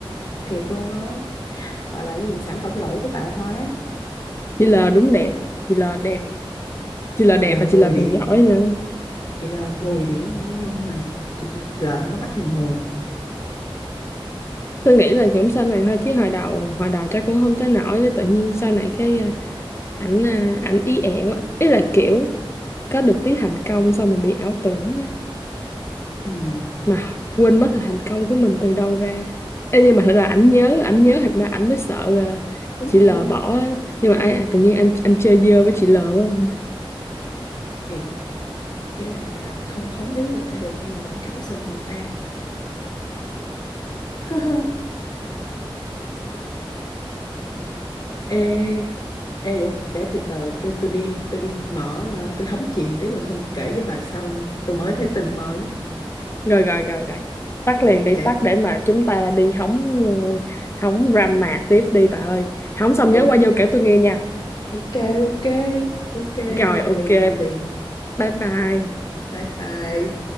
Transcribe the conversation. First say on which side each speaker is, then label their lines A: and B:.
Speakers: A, on the left (about 45°); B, on the left (about 30°).
A: thiệt luôn á gọi là cái gì sản phẩm lỗi của tạo hóa
B: chị L đúng đẹp chị L đẹp chị L
A: chị
B: đẹp
A: là
B: và
A: 10
B: chị L
A: điểm
B: còn giỏi nữa
A: chị là 10 điểm không có nhân mà chị, chị là không có mắt nhìn người
B: tôi nghĩ là cũng sau này thôi chứ hồi đầu hồi đầu chắc cũng không tới nổi tự nhiên sau này cái ờ, ảnh à, ảnh ý ẹ quá ý là kiểu có được tí thành công xong mà bị ảo tưởng
A: ừ
B: mà quên mất là thành công của mình từ đâu ra Ê, nhưng mà thật ra ảnh nhớ ảnh nhớ thành ra ảnh mới sợ là
A: đúng
B: chị
A: rồi
B: L bỏ á. nhưng mà ai, ai tự nhiên anh anh chơi dơ với chị L quá không?
A: thiệt ý là không sống thiếu người ta được nhưng mà vẫn cắm sừng người ta <laughs> Ê Ê, để để từ từ tôi tôi đi tôi đi mở ờ, tôi hóng chuyện tiếp rồi xong kể với bà sau nha tôi mới thấy tin mới
B: rồi rồi rồi rồi tắt
A: Ờ,
B: liền
A: ok
B: đi tắt để mà chúng ta đi hóng hóng drama tiếp đi bà ơi hóng xong
A: Ờ,
B: nhớ qua vô kể tôi nghe nha
A: ok ok ok ok
B: rồi
A: đi làm
B: ok
A: liền làm liền
B: bye bye
A: bye bye